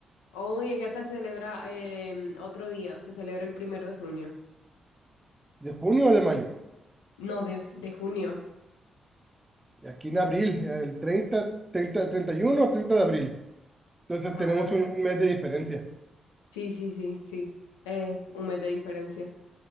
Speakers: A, on the left; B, on the right.
A: Hoy acá se celebra em, otro día, se celebra el primero de junio.
B: De junio o de mayo.
A: No, de, de junio.
B: Y aquí en abril, el 30, 30, 31 o 30 de abril. Entonces
A: Ah,
B: tenemos un, un mes de diferencia.
A: sí, sí, sí, sí. Eh, un mes de diferencia.